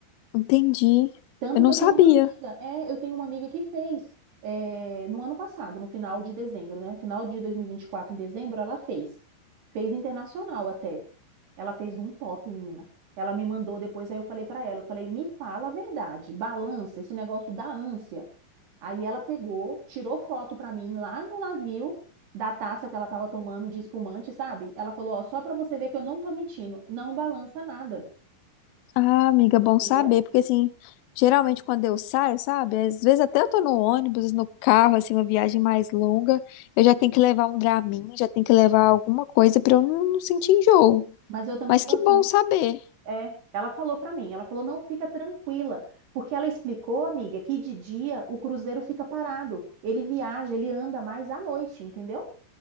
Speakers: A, on the left; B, on the right.
A: Entendi.
B: Tanto
A: Eu não
B: que eu
A: sabia.
B: tenho uma amiga, é, eu tenho uma amiga que fez é, no ano passado, no final de dezembro, né? Final de dois mil e e vinte e quatro em dezembro, ela fez. Fez internacional até. Ela fez um top, menina. Ela me mandou depois, aí eu falei pra ela, eu falei, me fala a verdade, balança esse negócio da ânsia. Aí ela pegou, tirou foto pra mim lá no navio da taça que ela tava tomando de espumante, sabe? Ela falou, ó, só pra você ver que eu não tô mentindo, não balança nada,
A: Ah, amiga, bom
B: entendeu?
A: saber, porque assim, geralmente quando eu saio, sabe? Às vezes até eu tô no ônibus, no carro, assim, uma viagem mais longa, eu já tenho que levar um Dramin, já tenho que levar alguma coisa pra eu não, não sentir enjoo.
B: Mas eu também
A: Mas
B: sou
A: que
B: assim.
A: bom saber.
B: É, ela falou pra mim, ela falou, não, fica tranquila, porque ela explicou, amiga, que de dia o cruzeiro fica parado, ele viaja, ele anda mais à noite, entendeu?